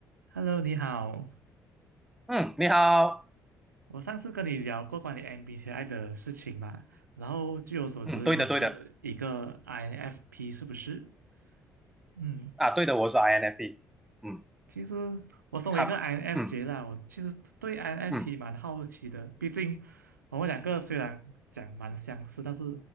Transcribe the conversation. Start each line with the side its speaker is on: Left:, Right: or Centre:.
Right: Hello，你好。
Centre: 嗯，你好，
Right: 我上次跟你聊过关于 MBTI 的事情嘛，然后据我所知，
Centre: 嗯，对的，
Right: 你是一个
Centre: 对的，
Right: INFP，是不是？嗯，
Centre: 啊，对的，我是 INFP，嗯，
Right: 其实我身为一个
Centre: 他，
Right: INFJ
Centre: 嗯
Right: 啦，我其实对 INFP
Centre: 嗯，
Right: 蛮好奇的。毕竟我们两个虽然讲蛮相似，但是